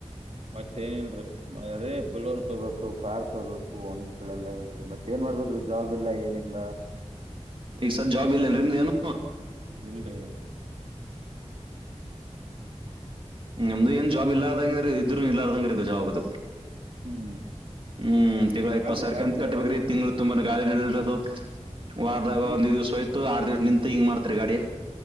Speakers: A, on the right; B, on the right.
A: ಮತ್ತ ಏನಲ್ರರಿ ಮ ಅದೇ ಬಳ್ಳೋರ್ ತಗೋಬೇಕು ಕಾರ್ ತೊೋಬೇಕು ಒಂದಳೆಲ್ಲೀ ಮತ್ತ ಏನ್ ಮಾಡ್ಬೇಕ್ರೀ ಜಾಬ್ ಇಲ್ಲ ಏನಿಲ್ಲ
B: ಈಗಸಲ್ ಜಾಬ್ ಇಲ್ಲೇನ್ರಿ ನಿಮ್ದ ಏನು
A: ಇಲ್ರಿ
B: ನಮ್ದು ಏನ್ ಜಾಬ್ ಇಲ್ಲಾರ್ದಂಗ ಇದ್ರು ಇಲ್ಲಾರ್ದಂಗ ಇದು ಜಾಬ್್ದ
A: ಹ್ಮ್
B: ಹ್ಮ್ ತಿಂಗಳ ಇಪ್ಪತ್
A: ಯಾಕ್ರಿ
B: ಸಾವಿರ
A: ಗಾಡಿಗೆ
B: ಕಂತ ಕಟ್ಬೇಕೇ್ರಿ ತಿಂಗಂಳ ತುಂಬಾನ ಗಾಳಿನಲ್ಲಿರದು ವಾರದಾಗ
A: ಗಾ-
B: ಒಂದಂದು ದಿವ್ಸ ಹೋ್ತು ಆರ್ ದಂಟಟ್ ನಿಂತು ಹಿಂಗ ಮಾಡ್ತರಿ ಗಾಡಿ